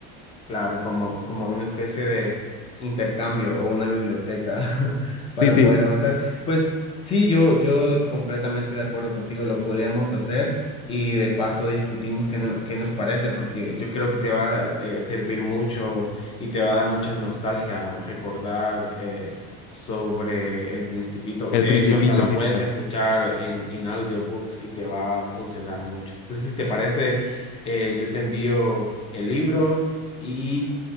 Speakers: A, on the left; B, on the left.
A: Claro, como, como una especie de intercambio o una biblioteca <laughs>
B: Sí,
A: para
B: sí,
A: poder avanzar. Pues sí, yo, yo completamente de acuerdo contigo, lo podríamos hacer y de paso discutimos qué, no- qué nos parece, porque yo creo que te va a eh, servir mucho y te va a dar mucha nostalgia recordar eh, sobre El Principito.
B: El
A: De
B: Principito,
A: hecho, hasta lo
B: sí,
A: puedes
B: total.
A: escuchar en, en audiobooks y te va a funcionar mucho. Entonces, si te parece, eh, yo te envío el libro ¿Y